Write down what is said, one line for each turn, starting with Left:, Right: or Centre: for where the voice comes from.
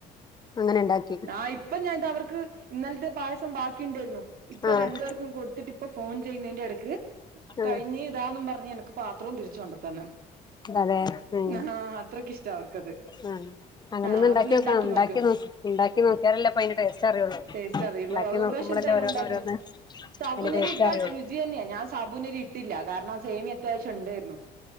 Left: അങ്ങനെ ണ്ടാക്കി
Right: ആഹ് ഇപ്പ ഞാനിത് അവർക്ക് ഇന്നലത്തെ പായസം ബാക്കിയുണ്ടായിരുന്നു ഇപ്പൊ
Left: ആഹ്
Right: രണ്ട കൊടുത്തിട്ട് ഇപ്പോ ഫോണ് ചെയ്യുന്നതിന്റെ ഇടക്ക്
Left: ആഹ്
Right: കഴിഞ്ഞ് ഇതാ പറഞെണ് ഇന്ക്ക് പാത്രവും തിരിച്ച് കൊണ്ട് തന്ന്
Left: അതെ ഉം
Right: ആ അത്രക്കിഷ്ട അവർക്കത്
Left: ആഹ് അങ്ങനൊന്ന്
Right: ആഹ് അതൊന്ന്
Left: ഉണ്ടാക്കി നോക്കണം
Right: ഇണ്ടാക്കി
Left: ഉണ്ടാക്കി
Right: നോക്ക്
Left: നോ ഉണ്ടാക്കി നോക്കിയാലല്ലേ അതിന്റെ ടേസ്റ്റ് അറിയുള്ളൂ
Right: ടേസ്റ്റ് അറിയൊള്ളു
Left: ണ്ടാക്കി
Right: അത് ഒരു
Left: നോക്കുമ്പളല്ലേ
Right: പ്രാവശ്യം എന്തായാലും
Left: ഓരോന്ന്
Right: ഉണ്ടാക്കിയാ
Left: ഓരോന്ന്
Right: സാബൂനരി
Left: അയിന്റെ ടേസ്റ്റ്
Right: ഇട്ടാൽ
Left: അറിയുള്ളൂ
Right: രുചി തന്നെയാ ഞാൻ സാബൂനരി ഇട്ടില്ല കാരണം സേമിയ അത്യാവശ്യം ഉണ്ടായിരുന്നു